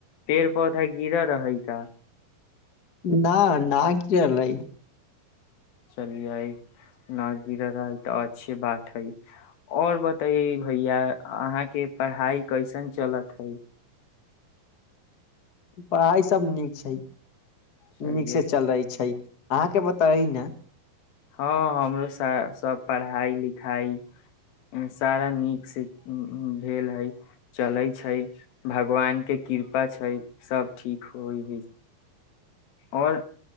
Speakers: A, on the left; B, on the left.
A: पेड़ पौधा गिरर रहै का
B: <unintelligible>
A: चलि आइ न गिर रहै तऽ आ अच्छी बात हइ और ब हे भैया आहाँ के पढ़ाई कैसन चलत हइ
B: पढ़ाइ सब नीक छै नीक
A: चलियै
B: से चल रही छै अहाँके बताई न
A: हँ हमरो सभ पढ़ाई लिखाई सारा नीकसँ भेल हइ चलै छै भगवान के कृपा छै सभ ठीक होइ हइ आओर